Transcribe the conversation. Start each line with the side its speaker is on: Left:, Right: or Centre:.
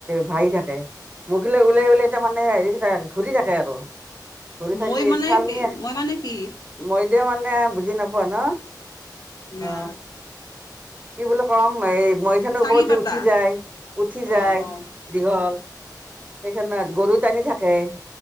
Right: ভাসি থাকে মুখ দিলে ওলাই ওলাই তাৰমানে হেৰি ঘূৰি থাকে আৰু। ঘূৰি থাকিলে
Left: মৈ মানে
Right: চালনি
Left: কি মৈ মানে কি?
Right: মই দিয়া মানে বুজি নাপোৱা ন?
Left: না।
Right: অ কি বুলি কম এই মৈখনৰ
Left: চাঙি
Right: ওপৰত যে
Left: পাতা
Right: উঠি যায় উঠি যায়।
Left: অ অ
Right: দীঘল সেইখনত গৰু টানি থাকে